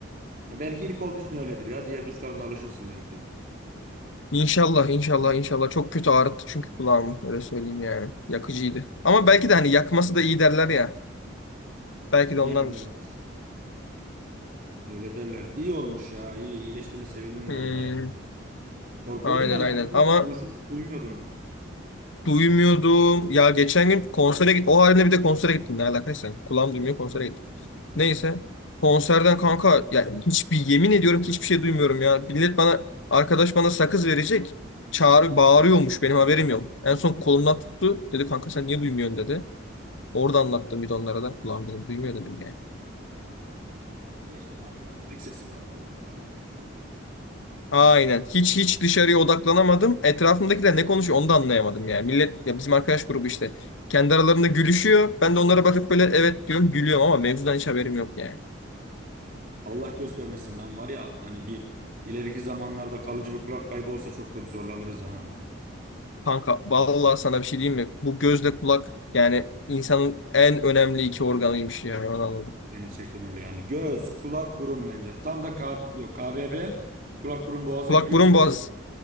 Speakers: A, on the right (about 45°); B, on the left (about 70°).
A: Ya Belki ilk olduğu için öyledir ya. Diğer duşlarına alışırsın belki.
B: İnşallah, inşallah, inşallah. Çok kötü ağrıttı çünkü kulağımı. Öyle söyleyeyim yani. Yakıcıydı. Ama belki de hani yakması da iyi derler ya. Belki de
A: Yani
B: ondandır.
A: evet. Öyle derler. İyi olmuş ya. İyi iyileştiğine sevindim
B: Hmm,
A: vallahi. Korkuyordum
B: aynen
A: yani.
B: aynen. Ama
A: Konuşuyorduk, duymuyordum.
B: duymuyordum. Ya geçen gün konsere git. O halde bir de konsere gittim. Ne alakaysa. Kulağım duymuyor konsere gittim. Neyse. Konserden kanka ya hiçbir yemin ediyorum ki hiçbir şey duymuyorum ya. Millet bana arkadaş bana sakız verecek. Çağrı bağırıyormuş benim haberim yok. En son kolumdan tuttu. Dedi kanka sen niye duymuyorsun dedi. Orada anlattım bir de onlara da. Ulan dedim duymuyor dedim yani.
A: Allah Allah. Bir de şimdi arkada müzik sesi var. Kulak zaten meşgul.
B: Aynen.
A: Arkada
B: Hiç hiç dışarıya odaklanamadım. Etrafımdakiler ne konuşuyor onu da anlayamadım yani. Millet ya bizim arkadaş grubu işte. Kendi aralarında gülüşüyor. Ben de onlara bakıp böyle evet diyorum gülüyorum ama mevzudan hiç haberim yok yani.
A: Allah göstermesin lan var ya hani bir ileriki zamanlarda kalıcı bir kulak kaybı olsa çok kötü zorlanırız ha.
B: Kanka vallahi sana bir şey diyeyim mi? Bu gözle kulak yani insanın en önemli iki organıymış yani onu anladım.
A: Gerçekten öyle yani. Göz, kulak, burun bence. Tam da K yok KBB kulak burun boğaza
B: Kulak
A: giriyor
B: burun
A: bir de
B: boğaz.
A: göz.